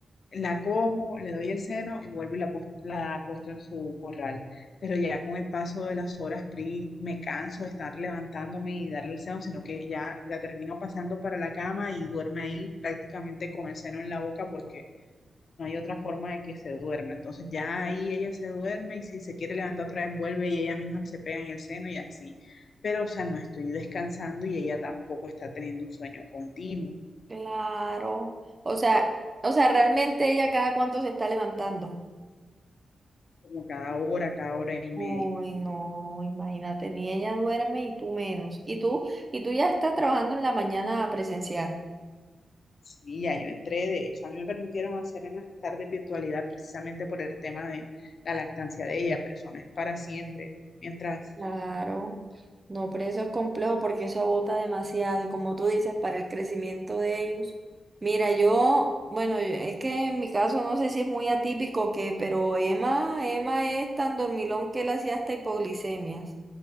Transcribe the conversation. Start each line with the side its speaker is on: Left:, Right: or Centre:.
Left: la cojo, le doy el seno y vuelvo y la, pos- la acuesto en su corral. Pero ya con el paso de las horas, Pri, me canso de estar levantándome y darle el seno, sino que ya la termino pasando para la cama y duerme ahí prácticamente con el seno en la boca porque no hay otra forma de que se duerma. Entonces ya ahí ella se duerme y si se quiere levantar otra vez, vuelve y ella misma se pega en el seno y así. Pero, o sea, no estoy descansando y ella tampoco está teniendo un sueño continuo,
Right: Claro. O sea, o sea, realmente ella cada cuánto se está levantando.
Left: como cada hora, cada hora y media.
Right: Uy, no, imagínate, ni ella duerme y tú menos. Y tú, y tú ya estás trabajando en la mañana presencial.
Left: Sí, ya yo entré, de hecho, a mí me permitieron hacer en las tardes virtualidad precisamente por el tema de la lactancia de ella, pero eso no es para siempre. Mientras,
Right: Claro, no, pero eso es complejo porque eso agota demasiado y como tú dices, para el crecimiento de ellos. Mira, yo, bueno, es que en mi caso no sé si es muy atípico que, pero Emma, Emma es tan dormilón que él hacía hasta hipoglicemias,